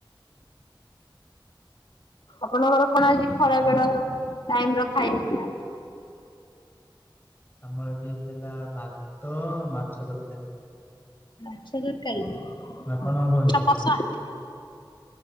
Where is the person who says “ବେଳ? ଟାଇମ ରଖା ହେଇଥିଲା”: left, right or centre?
Left